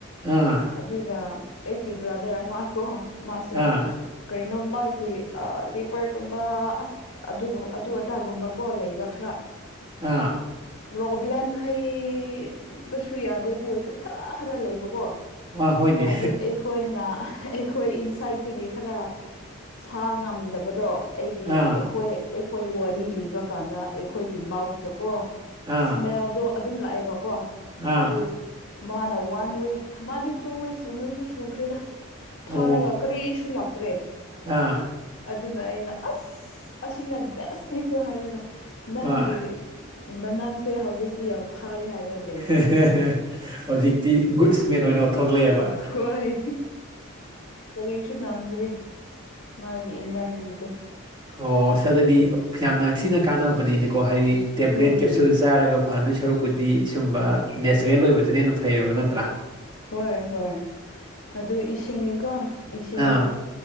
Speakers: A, on the right (about 20°); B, on the left (about 65°).
A: ꯑꯥ
B: ꯑꯗꯨꯒ ꯑꯩꯒꯤ ꯕ꯭ꯔꯥꯗꯔ ꯑꯃ ꯀꯣ ꯃꯥꯁꯦ
A: ꯑꯥ
B: ꯀꯔꯤꯅꯣ ꯃꯥꯒꯤ ꯑ ꯂꯤꯚꯔꯒꯨꯝꯕ ꯑꯁ ꯑꯗꯨ ꯑꯗꯨ ꯑꯗꯥꯒꯨꯝꯕꯀꯣ ꯂꯩꯕ ꯈꯔ
A: ꯑꯥ
B: ꯄ꯭ꯔꯣꯕ꯭ꯂꯦꯝ ꯍꯩꯕꯁꯨ ꯌꯥꯗꯦ ꯑꯗꯨ ꯑꯣꯏꯔꯁꯨ ꯈꯔ ꯈꯔ ꯂꯩꯕꯀꯣ
A: ꯑꯥ ꯍꯣꯏꯅꯦ
B: ꯑꯗꯨ ꯑꯩꯈꯣꯏꯅ ꯑꯩꯈꯣꯏ ꯏꯟꯁꯥꯏꯠꯇꯒꯤ ꯈꯔ ꯁꯥ ꯉꯝꯗꯕꯗꯣ ꯑꯩꯒꯤ
A: ꯑꯥ
B: ꯑꯩꯈꯣꯏ ꯑꯩꯈꯣꯏ ꯋꯥꯔꯤ ꯂꯤꯕ ꯀꯥꯟꯗ ꯑꯩꯈꯣꯏꯒꯤ ꯃꯥꯎꯠꯇꯀꯣ
A: ꯑꯥ
B: ꯏꯁꯃꯦꯜꯗꯣ ꯑꯗꯨꯝ ꯂꯥꯛꯑꯦꯕꯀꯣ
A: ꯑꯥ
B: ꯑꯗꯨ ꯃꯥꯅ ꯋꯥꯟ ꯋꯤꯛ ꯃꯥꯗꯤ ꯇꯨ ꯋꯤꯛꯁꯀꯨꯝꯕꯨ ꯁꯨꯈ꯭ꯔꯦꯗ
A: ꯑꯣ
B: ꯊꯥꯔꯒ ꯀꯔꯤꯁꯨ ꯂꯥꯛꯇ꯭ꯔꯦ
A: ꯑꯥ
B: ꯑꯗꯨꯅ ꯑꯩꯅ ꯑꯁ ꯁꯤꯅ ꯕꯦꯁꯅꯤꯀꯣ ꯍꯥꯏꯔꯒ ꯅꯪꯒꯤ
A: ꯍꯣꯏ
B: ꯃꯅꯝꯁꯦ ꯍꯧꯖꯤꯛꯇꯤ ꯌꯥꯝ ꯐꯔꯦ ꯍꯥꯏꯔ ꯂꯩ
A: <unintelligible> ꯍꯧꯖꯤꯛꯇꯤ ꯒꯨꯠ ꯃꯦꯟ ꯑꯣꯏꯅ ꯊꯣꯛꯂꯛꯑꯕ
B: ꯍꯣꯏ ꯀꯔꯤꯁꯨ ꯅꯝꯗ꯭ꯔꯤ ꯃꯥꯒꯤ ꯏꯅꯔꯒꯤꯗꯨ
A: ꯑꯣ ꯑꯁ ꯑꯗꯨꯗꯤ ꯌꯥꯝꯅ ꯊꯤꯅ ꯀꯥꯟꯅꯕꯅꯤꯅꯤꯀꯣ ꯍꯥꯏꯗꯤ ꯇꯦꯕ꯭ꯂꯦꯠ
B: ꯎꯝ
A: ꯀꯦꯞꯁꯨꯜꯁ ꯆꯥꯔꯒ ꯐꯗꯣꯏ ꯁꯔꯨꯛꯄꯨꯗꯤ ꯁꯤꯒꯨꯝꯕ ꯅꯦꯆꯔꯦꯜ ꯑꯣꯏꯕꯁꯤꯅ ꯍꯦꯟꯅ ꯐꯩꯌꯦꯕ ꯅꯠꯇ꯭ꯔꯥ
B: ꯍꯣꯏ ꯍꯣꯏ ꯑꯗꯨ ꯏꯁꯤꯡ ꯀꯣ ꯏꯁꯤꯡ
A: ꯑꯥ